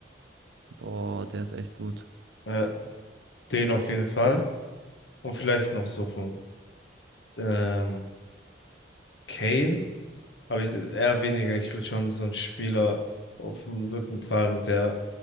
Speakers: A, on the right; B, on the left.
A: Boah, der ist echt gut.
B: Äh, den auf jeden Fall. Und vielleicht noch so von ähm, Kane. Aber ich, eher weniger. Ich will schon so einen Spieler auf dem Rücken tragen, der